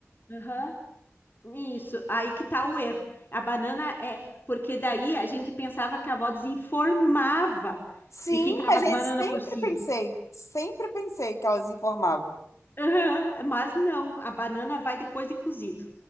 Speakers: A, on the left (about 45°); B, on the left (about 85°).
A: aham, isso, aí que tá o erro. A banana é. Porque daí a gente pensava que a avó desinformava
B: Sim,
A: e ficava
B: a
A: as
B: gente
A: bananas
B: sempre
A: por cima.
B: pensei, sempre pensei que elas informavam.
A: Aham, Mas não, a banana vai depois de cozido.